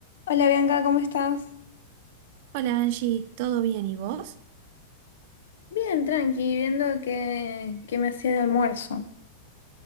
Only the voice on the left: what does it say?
Hola Bianca, ¿cómo estás?
Bien, tranqui, viendo qué, qué me hacía de almuerzo.